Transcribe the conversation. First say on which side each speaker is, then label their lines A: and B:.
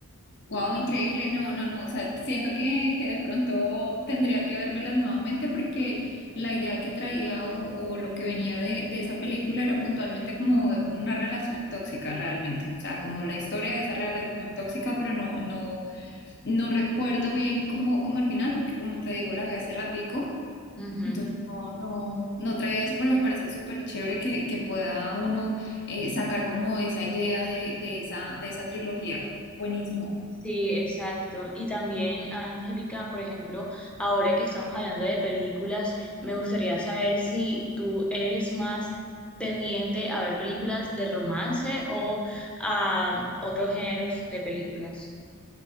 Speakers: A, on the left; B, in the centre.
A: Wow, increíble. No, no, no. O sea, siento que, que de pronto tendría que vérmelas nuevamente porque la idea que traía o, o lo que venía de, de esa película era puntualmente como una relación tóxica realmente. O sea, como la historia de esa relación tóxica, pero no, no, no recuerdo bien cómo, cómo el final, porque como te digo, la vi hace ratico.
B: Ujú.
A: Entonces no, no, no traía eso, pero me parece súper chévere que, que pueda uno eh, sacar como esa idea de, de esa, de esa trilogía. Buenísimo.
B: Sí, exacto. Y también, Angélica, por ejemplo, ahora que estamos hablando de películas, me gustaría saber si tú eres más tendiente a ver películas de romance o a otros géneros de películas.